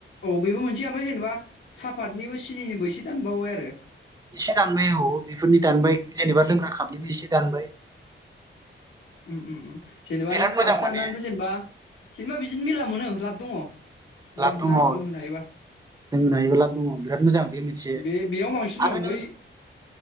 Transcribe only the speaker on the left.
औ बेबो मोनसे ओमफ्राय जेनेबा सा फादनिबो सि सिनिनिबो एसे दानबावबाय आरो।
उम
उम उम उम। जेनेबा
नों खावसे
दानानैथ' जेनेबा जेनेबा बिदिनो मेरला मोनो लाब दङ'। लोंहोनाय
हायोबा
बे बेयाव बांसिन दं
बै